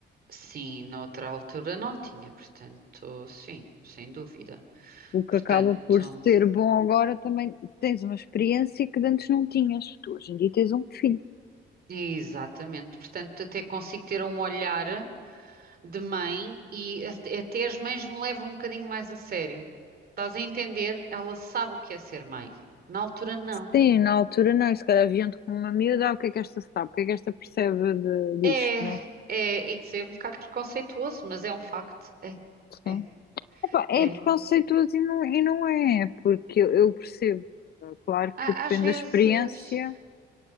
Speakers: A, on the right; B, on the left.
A: Sim, na outra altura não tinha, portanto, sim, sem dúvida.
B: O que
A: Portanto,
B: acaba por ser bom agora também tens uma experiência que de antes não tinhas. Tu hoje em dia tens um filho.
A: exatamente. Portanto, até consigo ter um olhar de mãe e at- até as mães me levam um bocadinho mais a sério. Estás a entender? Ela sabe o que é ser mãe. Na altura, não.
B: Sim, na altura não, e se calhar viam-te com uma miúda, ah, o que é que esta sabe, o que é que esta percebe de, disto,
A: É,
B: né?
A: é, isso é um bocado preconceituoso, mas é um facto. É, é,
B: Sim. Epá, é
A: é.
B: preconceituoso e não, e não é, porque eu, eu percebo, eh, claro
A: Á-
B: que depende
A: Às vezes,
B: da experiência,